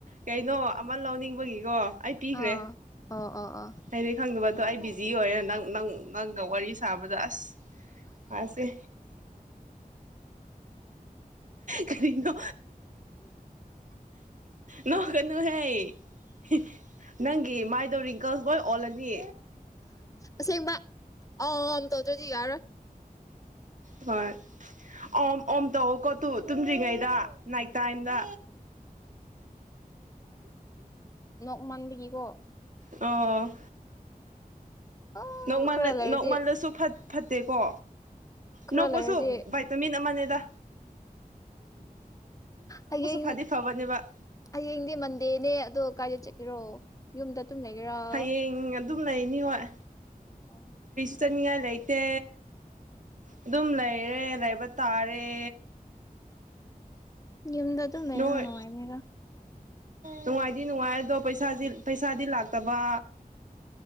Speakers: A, on the right; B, on the left.
A: ꯀꯩꯅꯣ ꯑꯃ ꯂꯧꯅꯤꯡꯕꯒꯤꯀꯣ ꯑꯩ ꯄꯤꯈ꯭ꯔꯦ
B: ꯑꯥ ꯑꯣ ꯑꯣ ꯑꯣ
A: ꯍꯥꯏꯗꯤ ꯈꯪꯗꯕꯗꯣ ꯑꯩ ꯖꯤ ꯑꯣꯏꯔꯦ ꯅꯡ ꯅꯪ ꯅꯪꯒ ꯋꯥꯔꯤ ꯁꯥꯕꯗ ꯑꯁ ꯃꯥꯁꯦ ꯀꯔꯤꯅꯣ ꯅꯣ ꯀꯅꯨꯍꯦ <unintelligible> ꯅꯪꯒꯤ ꯃꯥꯏꯗꯧ ꯔꯤꯡꯀꯜ ꯂꯣꯏ ꯑꯣꯂꯅꯤ
B: ꯑꯁꯦꯡꯕ ꯑꯝ ꯇꯧꯗ꯭ꯔꯗꯤ ꯌꯥꯔꯔꯣꯏ
A: ꯍꯣꯏ ꯑꯣꯝ ꯑꯣꯝ ꯇ ꯀꯑꯣ ꯇꯨ ꯇꯨꯝꯗ꯭ꯔꯤꯉꯩꯗ ꯅꯥꯏ ꯇꯥꯏꯝꯗ
B: ꯅꯣꯛ ꯃꯥꯟꯥꯟꯕꯒꯤꯀꯣ
A: ꯑ
B: ꯑ
A: ꯅꯣꯡꯃꯜꯂ
B: ꯈꯔ ꯂꯩꯔꯗꯤ
A: ꯅꯣꯡꯃꯜꯂꯁꯨ ꯐꯠꯇꯦꯀꯣ
B: ꯈꯔ
A: ꯅ ꯄꯣꯁꯣ
B: ꯂꯩꯔꯗꯤ
A: ꯚꯇꯃꯤꯟ ꯑꯃ ꯇ
B: ꯍꯌꯦꯡ
A: ꯐꯗꯤ ꯐꯕꯅꯦꯕ
B: ꯍꯌꯦꯡꯗꯤ ꯃꯟꯗꯦꯅꯦ ꯑꯗꯣ ꯀꯥꯏꯗ ꯆꯠꯀꯦꯔꯣ ꯌꯨꯝꯗ ꯇꯨꯝ ꯂꯩꯒꯦꯔꯣ
A: ꯍꯌꯦꯡ ꯑꯗꯨꯝ ꯂꯩꯅꯤ ꯍꯣꯏ
B: ꯑꯣ
A: ꯆꯠꯅꯅꯤꯡꯉꯥꯏ ꯂꯩꯇꯦ ꯑꯗꯨꯝ ꯂꯩꯔꯦ ꯂꯩꯕ ꯇꯥꯔꯦ
B: ꯌꯨꯝꯗ ꯑꯗꯨꯝ ꯂꯩꯕꯅ
A: ꯅꯣꯏ
B: ꯅꯨꯡꯉꯥꯏꯕꯅꯤꯗ
A: ꯅꯨꯡꯉꯥꯏꯗꯤ ꯅꯨꯡꯉꯥꯏ ꯑꯗꯣ ꯄꯩꯁꯥ ꯄꯩꯁꯥꯗꯤ ꯂꯥꯛꯇꯕ